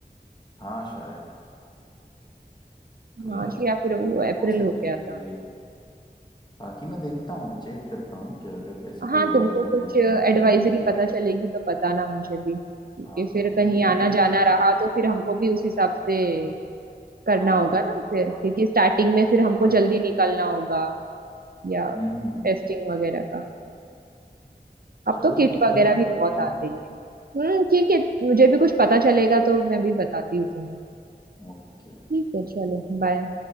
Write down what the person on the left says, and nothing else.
हाँ शायद तो
यार
वो सब
देखते
हुए बाकी मैं देखता हूँ चेक करता हूँ कि अगर कैसी कोई
एडवाइजरी
है कि
नहीं गवर्नमेंट की
हाँ
मैं चेक
करता
हूँ
हाँ
थोड़ा
हाँ
हम्म हम्म हम्म
हम्म।
चलो
ठीक
है मैं
देखता
हूँ
ओके